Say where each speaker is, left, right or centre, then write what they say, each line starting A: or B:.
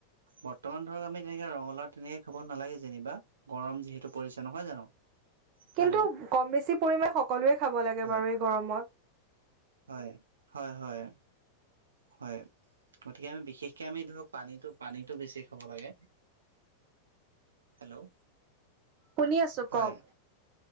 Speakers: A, on the right; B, on the right.
A: বৰ্তমান ধৰক আমি তেনেকে ৰঙালাওঁ তেনেকে খাব নালাগে যেনিবা, গৰম যিহেতু পৰিছে নহয় জানো?
B: কিন্তু
A: হেল্ল'
B: কম বেছি পৰিমাণে সকলোৱে খাব লাগে
A: হয়
B: বাৰু এই গৰমত।
A: হয় হয় হয়। হয়, গতিকে আমি বিশেষকে আমি ধৰক পানী পানীটো বেছি খাব লাগে। হেল্ল'
B: শুনি আছো
A: হয়।
B: কওক